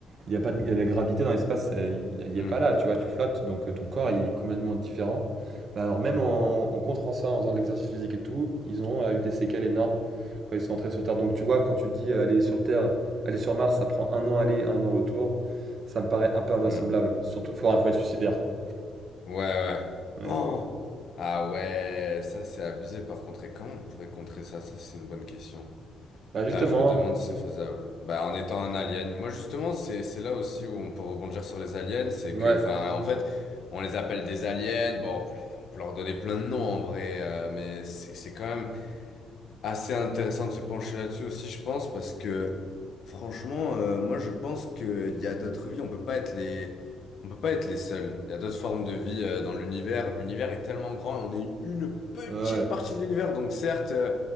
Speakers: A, on the right; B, on the left.
A: il y a pas de, il y a la gravité dans l'espace, euh, il- elle n'y
B: Hmm,
A: est pas là, tu vois, tu flottes, donc euh, ton corps il est complètement différent. Bah alors même en, en- en contrant ça, en faisant de l'exercice physique et tout, ils ont euh, eu des séquelles énormes quand ils sont entrés sur Terre. Donc tu vois, quand tu dis euh, aller sur Terre, aller sur Mars, ça prend un an aller, un an retour, ça me paraît un peu invraisemblable.
B: hmm.
A: Surtout, il faut, faut être suicidaire, quoi.
B: Ouais, ouais.
A: Ouais.
B: Oh! Ah ouais, ça c'est abusé par contre. Et comment on pourrait contrer ça? Ça c'est une bonne question.
A: Bah
B: Putain,
A: justement,
B: je me demande si c'est faisable. Bah en étant un alien. Moi justement, c'est c'est là aussi où on peut rebondir sur les aliens, c'est
A: ouais,
B: que, enfin, en fait, on les appelle des aliens. Bon, on peut, on peut leur donner plein de noms en vrai, euh, mais c'est c'est quand même assez intéressant de se pencher là-dessus aussi, je pense, parce que franchement, euh, moi je pense qu'il y a d'autres vies, on peut pas être les, on peut pas être les seuls. Il y a d'autres formes de vie euh, dans l'univers. L'univers est tellement grand et on est une petite
A: ouais, ouais.
B: partie de l'univers, donc certes, euh,